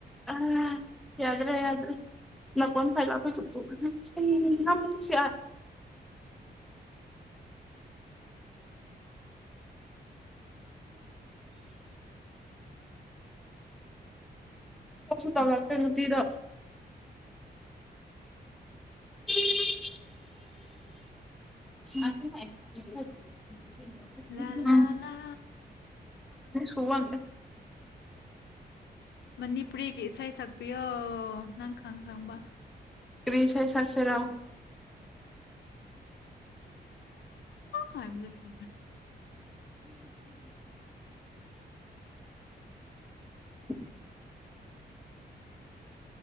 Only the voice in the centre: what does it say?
ꯎꯝ ꯌꯥꯗ꯭ꯔꯦ ꯌꯥꯗ꯭ꯔꯦ ꯅꯀꯣꯟ ꯐꯥꯏꯂ ꯆꯁꯨ ꯅꯪꯃ ꯆꯁꯤ ꯁꯨ ꯇꯧ ꯂꯥꯛꯇ ꯅꯨꯡꯄꯤꯗ <unintelligible> <unintelligible>
ꯎꯝ
ꯀꯗ꯭ꯔ
ꯇꯁꯦ ꯁꯥꯠꯁꯤꯔꯥꯎ
<inaudible>